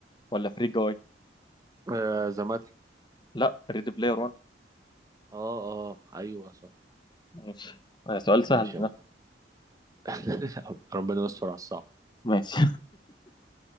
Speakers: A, on the left (about 25°); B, on the right (about 20°).
A: ولا فري جاي
B: آه زماتري
A: لا ريدي بلاير 1
B: اه اه ايوه صح
A: ماشي آه، سؤال
B: ماشي
A: سهل
B: يا
A: ده
B: مان <laughs> ربنا يستر على الصعب
A: ماشي